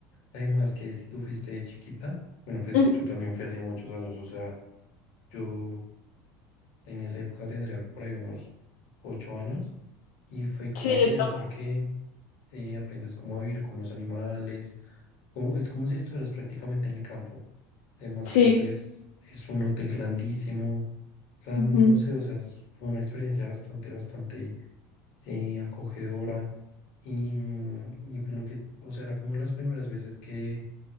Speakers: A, on the left; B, on the left.
A: además que si tú fuiste de chiquita, bueno, pues
B: Ujú.
A: yo también fui hace muchos años, o sea, yo en esa época tendría por ahí unos ocho años, y fue como
B: Sí,
A: genial
B: yo también.
A: porque eh, aprendes cómo a vivir con los animales, como, es como si estuvieras prácticamente en el campo. Además
B: Sí.
A: que pues es un hotel grandísimo, o sea,
B: Ujú,
A: no sé, o sea, es- fue una experiencia bastante, bastante eh, acogedora y, mm, y pues lo que, o sea, era como las primeras veces que,